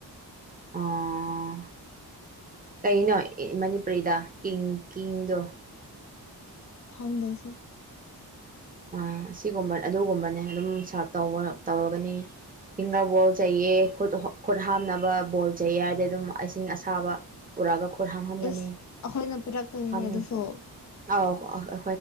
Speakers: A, on the right (about 20°); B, on the left (about 45°).
A: ꯑꯥ ꯀꯩꯅꯣ ꯏ ꯃꯅꯤꯄꯨꯔꯤꯗ ꯀꯤꯡ ꯀꯤꯡꯗꯣ
B: ꯈꯪꯗꯦ ꯑꯩꯁꯨ
A: ꯑꯥ ꯑꯁꯤꯒꯨꯝꯕ ꯑꯗꯨꯒꯨꯝꯕꯅꯦ ꯑꯗꯨꯝ ꯁꯥꯔꯚ ꯇꯧꯔ ꯇꯧꯔꯒꯅꯤ ꯐꯤꯡꯒꯔ ꯕꯣꯜ ꯆꯩꯌꯦ ꯈꯨꯠ ꯍꯣ ꯈꯨꯠ ꯍꯥꯝꯅꯕ ꯕꯣꯜ ꯆꯩꯌꯦꯗꯤ ꯑꯗꯨꯝ ꯑꯁꯤꯡ ꯑꯁꯥꯕ ꯄꯨꯔꯛꯑꯒ ꯈꯨꯠ ꯍꯥꯝꯍꯟꯒꯅꯤ
B: ꯏꯁ ꯑꯩꯈꯣꯏꯅ ꯄꯤꯔꯛꯇꯣꯏꯅꯤꯅꯦ
A: ꯍꯥꯝ
B: ꯑꯗꯨꯁꯨ
A: ꯑꯥꯎ ꯑ ꯑ